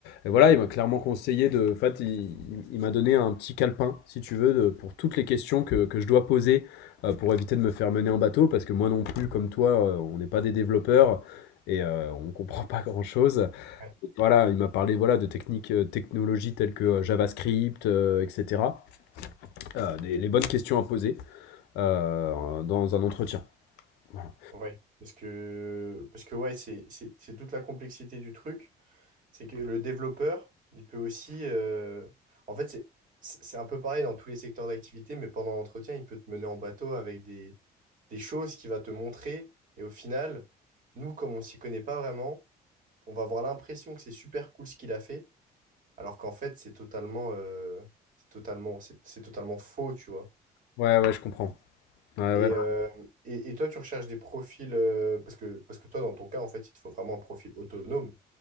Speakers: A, on the left (about 80°); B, on the right (about 50°).
A: et voilà, il m'a clairement conseillé de en fait, il il il m'a donné un petit calepin, si tu veux, de pour toutes les questions que que je dois poser, heu, pour éviter de me faire mener en bateau. Parce que moi non plus, comme toi, heu, on n'est pas des développeurs et heu, on ne comprend pas grand-chose.
B: Ouais.
A: Voilà, il m'a parlé, voilà, de techniques, heu, technologies telles que, heu, JavaScript, heu, et cetera. Heu, des les bonnes questions à poser, heu, dans un entretien. Voilà.
B: Ouais. Parce que, parce que ouais, c'est c'est- c'est toute la complexité du truc. C'est que le développeur, il peut aussi. euh, En fait, c'est c'est c'est un peu pareil dans tous les secteurs d'activité, mais pendant l'entretien, il peut te mener en bateau avec des, des choses qu'il va te montrer. Et au final, nous, comme on s'y connaît pas vraiment, on va avoir l'impression que c'est super cool ce qu'il a fait, alors qu'en fait, c'est totalement, euh, c'est totalement, c'est c'est totalement faux, tu vois.
A: Ouais, ouais, je comprends. Ouais,
B: Et,
A: ouais.
B: euh, et, et toi, tu recherches des profils, euh, parce que, parce que toi, dans ton cas, en fait, il te faut vraiment un profil autonome